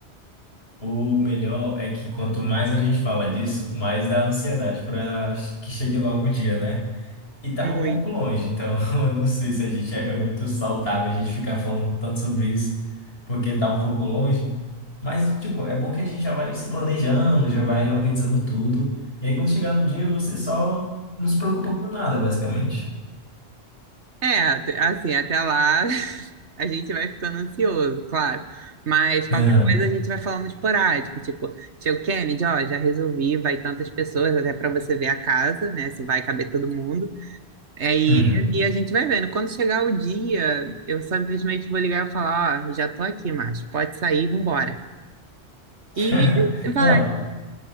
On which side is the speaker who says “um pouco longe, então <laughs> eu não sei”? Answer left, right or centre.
Left